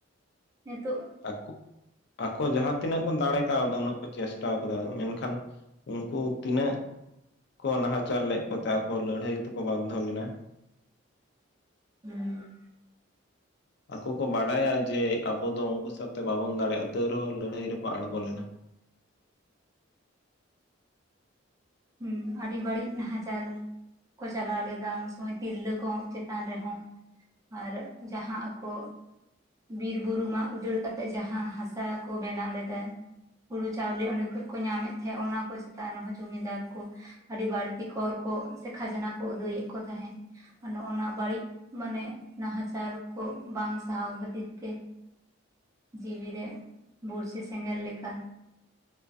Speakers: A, on the right; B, on the left.
A: ᱱᱤᱛᱚᱜ
B: ᱟᱠᱚ ᱟᱠᱚ ᱡᱟᱦᱟᱸ ᱛᱤᱱᱟᱹᱜ ᱠᱚ ᱫᱟᱲᱮ ᱠᱟᱣᱫᱟ ᱩᱱᱟᱹᱜ ᱠᱚ ᱪᱮᱥᱴᱟ ᱠᱟᱫᱟ ᱢᱮᱱᱠᱷᱟᱱ ᱩᱱᱠᱩ ᱛᱤᱱᱟᱹᱜ ᱠᱚ ᱱᱟᱦᱟᱪᱟᱨ ᱞᱮᱫ ᱠᱚᱛᱮ ᱟᱠᱚ ᱞᱟᱹᱲᱦᱟᱹᱭ ᱛᱮᱠᱚ ᱵᱟᱫᱽᱫᱷᱚ ᱞᱮᱱᱟ
A: ᱦᱩᱸ
B: ᱟᱠᱚ ᱠᱚ ᱵᱟᱰᱟᱭᱟ ᱡᱮ ᱟᱵᱚ ᱫᱚ ᱩᱱᱠᱩ ᱥᱟᱶᱛᱮ ᱵᱟᱵᱚᱱ ᱫᱟᱲᱮᱜᱼᱟ, ᱛᱟᱣ ᱨᱮᱦᱚᱸ ᱞᱟᱹᱲᱦᱟᱹᱭ ᱨᱮᱠᱚ ᱟᱬᱜᱚ ᱞᱮᱱᱟ
A: ᱦᱩᱸ ᱟᱹᱰᱤ ᱵᱟᱹᱲᱤᱡ ᱱᱟᱦᱟᱪᱟᱨ ᱠᱚ ᱪᱟᱞᱟᱣ ᱞᱮᱫᱟ ᱩᱱ ᱥᱚᱢᱚᱭ ᱛᱤᱨᱞᱟᱹ ᱠᱚ ᱪᱮᱛᱟᱱ ᱨᱮᱦᱚᱸ ᱟᱨ ᱡᱟᱦᱟᱸ ᱟᱠᱚ ᱵᱤᱨ ᱵᱩᱨᱩ ᱢᱟᱜ ᱩᱡᱟᱹᱲ ᱠᱟᱛᱮᱜ ᱡᱟᱦᱟᱸ ᱦᱟᱥᱟ ᱠᱚ ᱵᱮᱱᱟᱣ ᱞᱮᱫᱟᱭ ᱦᱩᱲᱩ ᱪᱟᱣᱞᱮ ᱚᱸᱰᱮ ᱠᱷᱚᱡ ᱠᱚ ᱧᱟᱢᱮᱫ ᱛᱟᱦᱮᱸᱜ ᱚᱱᱟ ᱠᱚ ᱪᱮᱛᱟᱱ ᱨᱮᱦᱚᱸ ᱡᱩᱢᱤᱫᱟᱨ ᱠᱚ ᱟᱰᱤ ᱵᱟᱹᱲᱛᱤ ᱠᱚᱨ ᱠᱚ ᱥᱮ ᱠᱷᱟᱡᱽᱱᱟ ᱠᱚ ᱟᱹᱫᱟᱹᱭᱮᱫ ᱠᱚ ᱛᱟᱦᱮᱸᱫ ᱱᱚᱜ-ᱱᱚᱣᱟ ᱵᱟᱹᱲᱤᱡ ᱢᱟᱱᱮ ᱱᱟᱦᱟᱪᱟᱨ ᱠᱚ ᱵᱟᱝ ᱥᱟᱦᱟᱣ ᱠᱷᱟᱹᱛᱤᱨ ᱛᱮ ᱡᱤᱣᱤ ᱨᱮ ᱵᱳᱨᱥᱮ ᱥᱮᱸᱜᱮᱞ ᱞᱮᱠᱟ